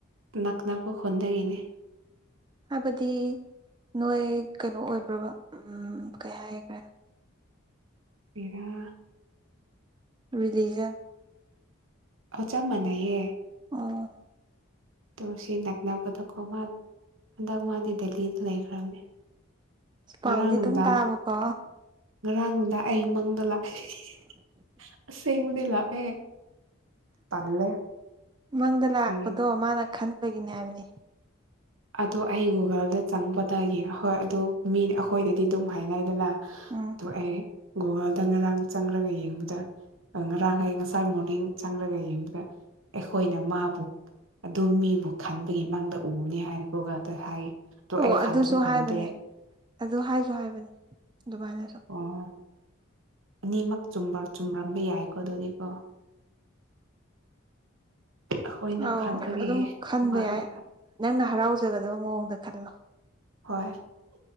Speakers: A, on the right; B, on the right.
A: ꯅꯛꯅꯕ ꯈꯨꯟꯗꯒꯤꯅꯤ
B: ꯍꯥꯏꯕꯗꯤ ꯅꯣꯏ ꯀꯩꯅꯣ ꯑꯣꯏꯕ꯭ꯔꯕ ꯎꯝ ꯀꯩ ꯍꯥꯏꯈ꯭ꯔꯦ
A: <unintelligible>
B: <unintelligible>
A: ꯑ ꯆꯞ ꯃꯥꯟꯅꯩꯌꯦ
B: ꯑꯣ
A: ꯗꯨ ꯁꯤ ꯅꯛꯅꯕꯗꯀꯣ ꯃꯥ ꯍꯟꯗꯛ ꯃꯥꯗꯤ ꯗꯦꯜꯂꯤꯗ ꯂꯩꯈ꯭ꯔꯕꯅꯦ
B: ꯄꯥꯎꯗꯤ
A: ꯉꯔꯥꯡ ꯅꯨꯡꯗꯥꯡ
B: ꯑꯗꯨꯝ ꯇꯥꯕ ꯀꯣ
A: ꯉꯔꯥꯡ ꯅꯣꯗꯥ ꯑꯩ ꯃꯪꯗ ꯂꯥꯛꯑꯦ <unintelligible> ꯑꯁ ꯑꯩꯕꯨꯗꯤ ꯂꯥꯛꯑꯦ ꯇꯜꯂꯦ
B: ꯃꯪꯗ ꯂꯥꯛꯄꯗꯣ
A: ꯀ꯭ꯔꯤ
B: ꯃꯥꯅ ꯈꯟꯕꯒꯤꯅꯤ ꯍꯥꯏꯕꯅꯤ
A: ꯑꯗꯣ ꯑꯩ ꯒꯨꯒꯜꯗ ꯆꯪꯕꯗꯌꯦ ꯑ ꯍꯣꯏ ꯑꯗ ꯃꯤ ꯑꯩꯈꯣꯏꯗꯗꯤ ꯑꯗꯨꯝ ꯍꯥꯏꯅꯩꯗꯅ
B: ꯎꯝ
A: ꯑꯣ ꯑꯩ ꯒꯨꯒꯜꯗ ꯉꯔꯥꯡ ꯆꯪꯔꯒ ꯌꯦꯡꯕꯗ ꯉꯔꯥꯡ ꯍꯌꯦꯡ ꯉꯁꯥꯏ ꯃꯣꯔꯅꯤꯡ ꯆꯪꯂꯒ ꯌꯦꯡꯕꯗ ꯑꯩꯈꯣꯏꯅ ꯃꯥꯕꯨ ꯑꯗꯨ ꯃꯤꯕꯨ ꯈꯟꯕꯒꯤ ꯃꯥꯡꯗ ꯎꯕꯅꯤ ꯍꯥꯏꯅ ꯒꯨꯒꯜꯗ ꯍꯥꯏꯌꯦ ꯑꯗꯣ
B: ꯑꯣ
A: ꯑꯩ ꯈꯟꯁꯨ
B: ꯑꯗꯨꯁꯨ
A: ꯈꯟꯗꯦ
B: ꯍꯥꯏꯕꯅꯦ ꯑꯗꯨ ꯍꯥꯏꯁꯨ ꯍꯥꯏꯕꯅꯦ ꯑꯗꯨꯃꯥꯏꯅꯁꯨ
A: ꯑꯣ ꯑꯅꯤꯃꯛ ꯆꯨꯝꯔꯝꯕ ꯌꯥꯏꯀꯣ ꯑꯗꯨꯗꯤꯀꯣ ꯑꯩꯈꯣꯏꯅ
B: ꯑꯥꯎ
A: ꯈꯟꯕꯒꯤ
B: ꯑꯗꯨꯝ ꯈꯟꯕ
A: ꯃꯥꯅ
B: ꯌꯥꯏ ꯅꯪꯅ ꯍꯔꯥꯎꯖꯒꯗꯕ ꯃꯑꯣꯡꯗ ꯈꯜꯂꯣ
A: ꯍꯣꯏ